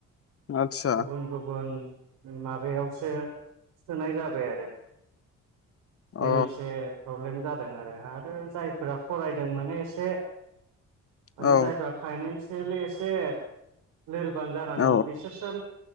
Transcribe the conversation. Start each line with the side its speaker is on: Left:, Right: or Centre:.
Left: आदसा
Right: गुबुन गुबुन माबायावसो सोनाय जाबाय आरो
Left: अ
Right: बे मोनसे प्रब्लेम जादों दों आरो आरो जायफोरा फरायदों माने एसे माने
Left: औ
Right: जायफ्रा फाइनेन्स थेलि एसे लोरबां जाना
Left: औ
Right: दं बिसोरसो